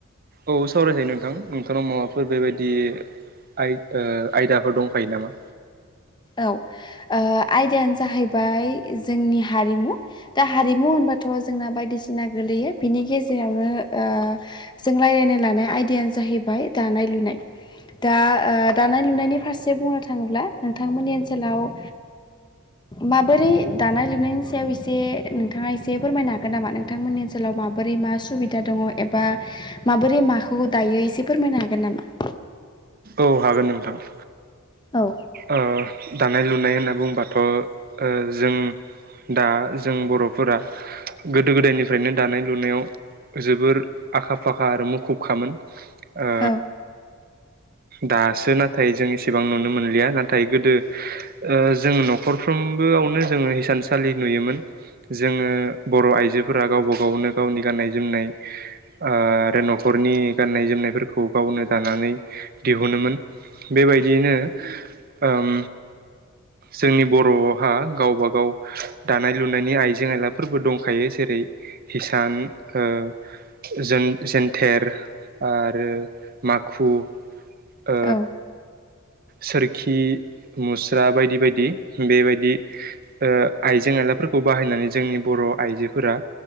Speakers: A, on the right; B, on the left.
A: औ सावरायजायो नोंथां नोंथांनाव माबाफोर बेबायदि आइ ओ आयदाफोर दंखायो नामा?
B: औ ओ आयदायानो जाहैबाय जोंनि हारिमु। दा हारिमु होनबाथ जोंना बायदिसिना गोलैयो बिनि गेजेरावनो ओ जों रायलायनो लानाय आयदायानो जाहैबाय दानाय लुनाय। दा ओ-दानाय लुनायनि फारसे बुंनो थांङोब्ला नोंथांमोननि ओनसोलाव ओ माबोरै दानाय लुनायनि सायाव एसे नोंथांङा एसे फोरमायनो हागोन नामा नोंथांमोननि ओन जेनबा माबोरै मा सुबिदा दंङ एबा माबोरै माखौ दायो एसे फोरमायनो हागोन नामा?
A: औ हागोन नोंथां।
B: औ
A: ओ दानाय लुनाय होनना बुंबाथ ओ जों। दा जों बरफोरा गोदो गोदायनिफ्रायनो दानाय लुनायाव जोबोर आखा फाखा आरो मुखुबखामोन। ओ
B: औ
A: दासो नाथाय जों एसेबां नुनो मोनलिया नाथाय गोदो जों नखरफ्रोमबोआवनो जोंङो हिसानसालि नुयोमोन। जोंङो बर आइजोफोरा गावबा गावनो गावनि गाननाय जोमनाय ओ आरो नखरनि गाननाय जोमनायफोरखौ गावनो दानानै दिहुनोमोन बेबायदियैनो ओम जोंनि बर'हा गावबा गाव दानाय लुनायनि आइजें आयलाफोरबो दंखायो जेरै हिसान ओ जोन-जेनथेर आरो माखु। ओ
B: औ
A: सोरखि मुस्रा बायदि बायदि। बेबायदि ओ आइजें आइलाफोरखौ बाहायनानै जोंनि बर आइजोफोरा